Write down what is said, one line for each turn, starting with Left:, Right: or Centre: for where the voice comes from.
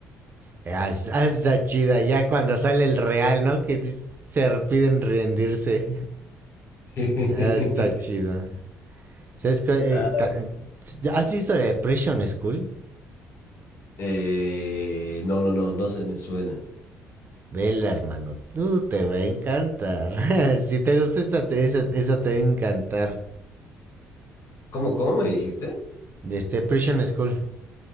Right: está chida. Ya cuando sale el real, ¿no? Que se piden rendirse.
Left: <laughs>
Right: <laughs> Está chido. ¿Sabes qué?
Left: Ah,
Right: Eh, ¿Has visto la Depression School?
Left: eh, no, no, no, no se me suena.
Right: Vela, hermano. Tú te va a encantar. <laughs> si te gusta esta, te- esa, esa te va a encantar.
Left: ¿Cómo, cómo me dijiste?
Right: De este Depression School.